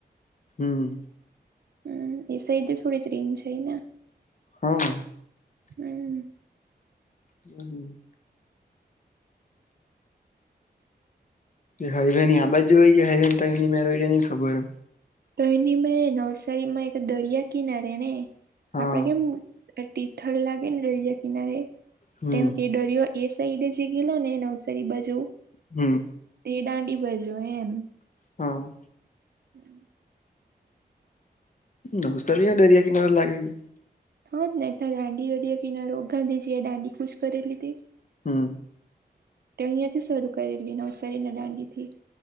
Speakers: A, on the left; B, on the right.
A: હમ.
B: હમ એ સાઈડથી થોડી જ રિન છે ને
A: હા.
B: હમ.
A: હમ. કે હાઈવેનની આ બાજુ અયજો હોય કે હાઈબન તો એની મે નઈ ખબર એમ.
B: તો એની મે નવસારીમાં એક દરિયા કિનારે ને
A: હા
B: આપડે કેમ. તીથલ લાગે ને દરિયા કિનારે
A: હમ
B: તેમ એ દરિયો્. એ સઈડ જ ગેલો ને નવસરી બાજુ.
A: હમ.
B: તે દાંડી બાજુ એમ
A: હા.
B: હમ.
A: <unintelligible> નમસ્કાર ભ હ ડરિયા કિનારા લાગે છે કે
B: હ જ હતા દાંડી વળિયા કિનારો ગાંધીજી એ દાંડી કુશ કરેલીધી
A: હમ.
B: તે અહિયાંથી શરૂ કરેલી નવસારીના દાંડી થી